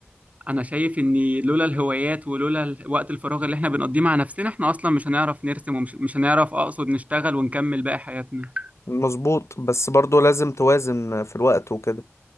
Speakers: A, on the right (about 30°); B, on the left (about 70°).
A: انا شايف ان لولا الهوايات ولولا ال- وقت الفراغ اللي احنا بنقضيه مع نفسنا احنا اصلا مش هنعرف نرسم ومش مش هنعرف اقصد نشتغل ونكمل باقي حياتنا
B: مظبوط بس برضو لازم توازن في الوقت وكده